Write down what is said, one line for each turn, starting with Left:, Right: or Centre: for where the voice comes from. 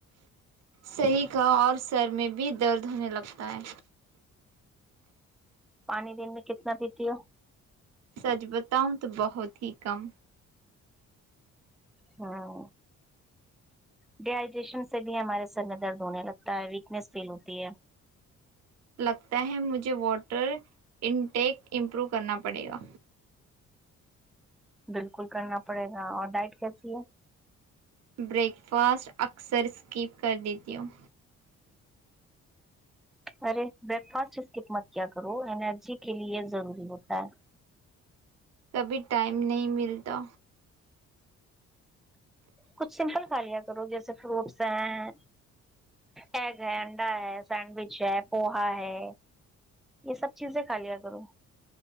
Right: صحیح کہا اور سر میں بھی درد ہونے لگتا ہے
Centre: پانی دن میں کتنا پیتی ہو
Right: سچ بتاؤں تو بہت ہی کم
Centre: ہاں ڈی ہائیڈریشن سے بھی ہمارے سر میں درد ہونے لگتا ہے ویکنس فیل ہوتی ہے
Right: لگتا ہے مجھے واٹر انٹیک امپروو کرنا پڑے گا
Centre: بالکل کرنا پڑے گا اور ڈائٹ کیسی ہے
Right: بریک فاسٹ اکثر اسکپ کر دیتی ہوں
Centre: ارے بریک فاسٹ اسکپ مت کیا کرو انرجی کے لیے ضروری ہوتا ہے
Right: کبھی ٹائم نہیں ملتا
Centre: کچھ سمپل کھا لیا کرو جیسے فروٹس ہیں ایگ ہے انڈا ہے سینڈوچ ہے پوہا ہے یہ سب چیزیں کا لیا کروں